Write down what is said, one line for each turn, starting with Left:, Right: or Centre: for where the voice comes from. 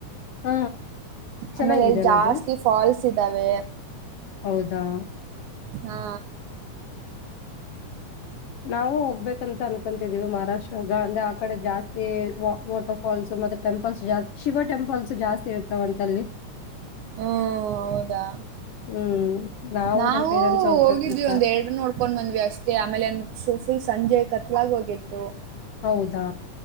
Left: ಹ ಚೆನ್ನಾಗಿದೇನದು
Right: ಆಮೇಲೆ ಅಲ್ಲಿ ಜಾಸ್ತಿ ಫಾಲ್ಸ್ ಇದ್ದಾವೆ.
Left: ಹೌದಾ
Right: ಹಾ
Left: ನಾವು ಹೋಗ್ಬೇಕಂತ ಅನ್ಕೊತಿದೀವಿ ಮಹಾರಾಷ್ಟ್ರಗ ಅಂದ್ರೆ ಆ ಕಡೆ ಜಾಸ್ತಿ ವಾಟರ್ ಫಾಲ್ಸ್ ಮತ್ ಟೆಂಪಲ್ಸ್ ಜಾಸ್ತಿ ಶಿವ ಟೆಂಪಲ್ಸ್ ಜಾಸ್ತಿ ಇರ್ತಾವಂತಲ್ಲಿ.
Right: ಹ್ಮ ಹೌದಾ
Left: ಹ್ಮ್
Right: ನಾವು
Left: ನಮ್ ಪೇರೆಂಟ್ಸ್ ಹೋಗ್ಬೇಕಂತ
Right: ಹೋಗಿದ್ವಿ ಒಂದೇ ಎರಡು ನೋಡ್ಕೊಂಡ್ ಬಂದ್ವಿ ಅಷ್ಟೇ ಆಮೇಲೆ ಸೊ ಫುಲ್ ಸಂಜೆ ಕತ್ಲಾಗಿ ಹೋಗಿತ್ತು.
Left: ಹೌದಾ